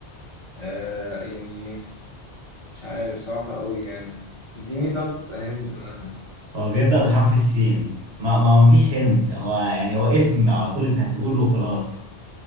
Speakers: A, on the left; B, on the right.
A: آه يعني مش عارف صعبة أوي يعني اديني طب هنت مثلا
B: هو بيبدأ بحرف السين ما ما مفيش هند هو يعني هو اسم على طول انت هتقوله وخلاص